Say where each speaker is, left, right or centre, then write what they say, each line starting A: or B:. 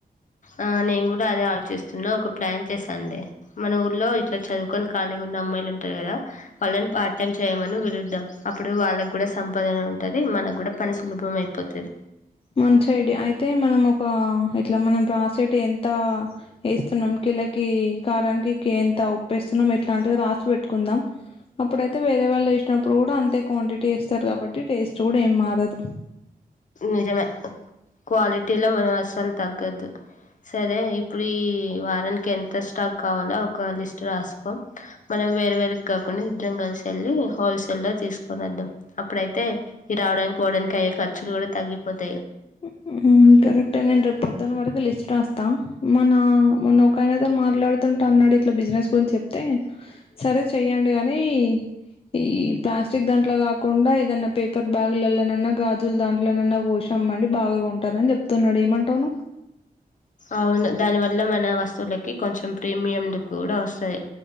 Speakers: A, on the left; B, on the left.
A: ఆ నేను కూడా అదే ఆలోచిస్తున్నా ఒక ప్లాన్ చేశాను లే మన ఊర్లో ఇట్లా చదువుకొని ఖాళీగా ఉన్న అమ్మాయిలు ఉంటారు కదా వాళ్ళని పార్ట్ టైం చేయమని పిలుద్దాం అప్పుడు వాళ్ళకి కూడా సంపాదన ఉంటది మనకు కూడా పని సులభం అయిపోతది
B: మంచి ఐడియా అయితే మనం ఒక ఇట్లా మనం రాసేటివి ఎంత వేస్తున్నాం కిలోకి కారానికి కే ఉప్పేస్తున్నాం ఇట్లాంటివి రాసి పెట్టుకుందాం, అప్పుడైతే వేరే వాళ్ళు వేసినప్పుడు కూడా, అంతే క్వాంటిటీ వేస్తారు కాబట్టి టేస్ట్ కూడా ఏం మారదు.
A: నిజమే క్వాలిటీలో మనం అస్సలు తగ్గద్దు సరే ఇప్పుడు, ఈ వారానికి ఎంత స్టాక్ కావాలో. ఒక లిస్ట్ రాసుకో మనం వేరు వేర్ కాకుండా. కలిసెళ్లి హోల్సేల్ లో తీసుకోని వద్దాం. అప్పుడ అయితే ఈ రావడానికి పోవడానికి అయ్య కర్. చులు కూడా తగిపోత్
B: ఉ ఉమ్ కరెక్ట్ ఏ నేన్ రే పొద్దున వరకు లిస్ట్ రాస్ తా మన మొన్న ఒకాయనతో మాట్లాడుతుంటా అన్నాడు, ఇట్లా బిజినెస్ గురించి చెప్తే సరే చెయ్యండి, కానీ ఈ ప్లాస్టిక్ దాంట్లో కాకుండా ఏదన్నా పేపర్ బ్యాగులలనన్నా గాజుల దాంట్లోన్నా వోష్. అమ్మండి బాగా కొంటారని చెప్తున్నాడు ఏమంటావ్ నువ్.
A: అవును దాని వల్ల మన వస్తువులకి కొంచెం ప్రీమియం లుక్ కూడా వస్తది.